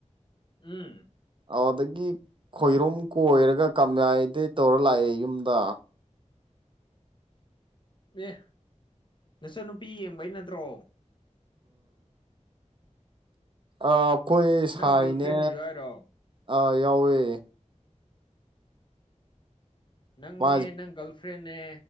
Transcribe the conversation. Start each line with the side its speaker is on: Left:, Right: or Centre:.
Left: ꯎꯝ
Right: ꯑꯗꯒꯤ ꯈꯣꯏꯔꯨꯝ ꯀꯣꯏꯔꯒ ꯀꯥꯌꯥꯏꯗꯩ ꯇꯧꯔ ꯂꯥꯛꯑꯦ ꯌꯨꯝꯗ
Left: ꯑꯦ ꯅꯆꯥꯟ ꯅꯨꯄꯤ ꯌꯦꯡꯕꯩ ꯅꯠꯇ꯭ꯔꯣ
Right: ꯥ ꯑꯩꯈꯣꯏ ꯁꯥꯢꯅꯦ
Left: ꯅꯪ ꯒꯔꯜ ꯐ꯭ꯔꯦꯟꯁꯨ ꯌꯥꯎꯔꯣ
Right: ꯑꯥ ꯌꯥꯎꯌꯦ
Left: ꯅꯪꯅꯦ
Right: ꯃꯥꯁ
Left: ꯅꯪ ꯒꯥꯔꯜ ꯐ꯭ꯔꯦꯟꯅꯦ